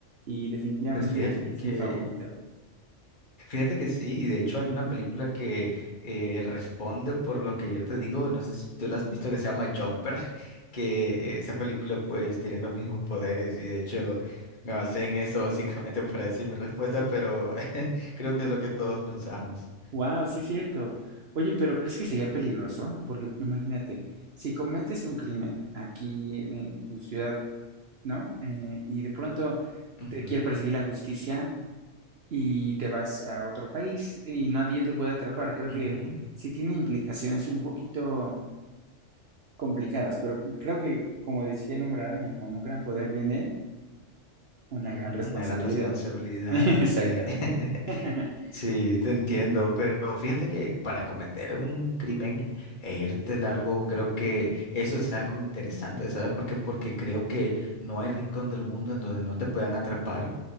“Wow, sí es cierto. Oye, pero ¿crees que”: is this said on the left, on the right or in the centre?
Right